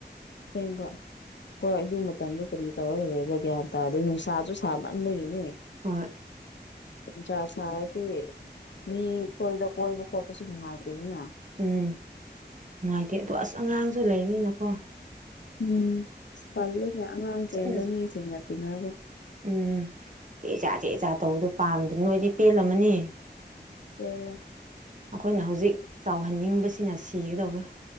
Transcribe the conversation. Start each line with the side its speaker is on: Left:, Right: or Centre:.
Left: ꯊꯦꯡꯕ ꯍꯣꯏ ꯑꯗꯨ ꯃꯇꯝꯗꯨ ꯀꯔꯤ ꯇꯧꯔꯒ ꯂꯩꯕ꯭ꯔꯥ ꯒ꯭ꯌꯥꯟ ꯇꯥꯗꯦ ꯅꯨꯡꯁꯥꯁꯨ ꯁꯥꯃꯟꯕꯒꯤꯅꯤ
Right: ꯍꯣꯏ
Left: ꯅꯨꯡꯁꯥ ꯁꯥꯔꯗꯤ ꯃꯤꯈꯣꯏꯗ ꯀꯣꯏꯕ ꯈꯣꯠꯄꯁꯨ ꯅꯨꯡꯉꯥꯏꯇꯦ ꯑꯗꯨꯅ
Right: ꯎꯝ ꯅꯨꯡꯉꯥꯏꯇꯦ ꯑꯗꯣ ꯑꯁ ꯑꯉꯥꯡꯁꯨ ꯂꯩꯅꯤꯅꯀꯣ
Left: ꯎꯝ ꯇꯜꯂꯅꯦ ꯑꯉꯥꯡ ꯆꯦꯟꯕ
Right: ꯆꯠꯅ
Left: ꯃꯤꯁꯤꯡꯒ ꯇꯤꯟꯅꯕ
Right: ꯎꯝ ꯆꯦ ꯆꯥꯛ ꯆꯦ ꯆꯥ ꯇꯧꯕꯗꯣ ꯄꯥꯝꯕꯗꯅ ꯅꯣꯏꯗꯤ ꯄꯦꯜꯂꯝꯃꯅꯤ
Left: <unintelligible>
Right: ꯑꯩꯈꯣꯏꯅ ꯍꯧꯖꯤꯛ ꯆꯥꯎꯍꯟꯅꯤꯡꯕꯁꯤꯅ ꯁꯤꯒꯗꯧꯔꯦ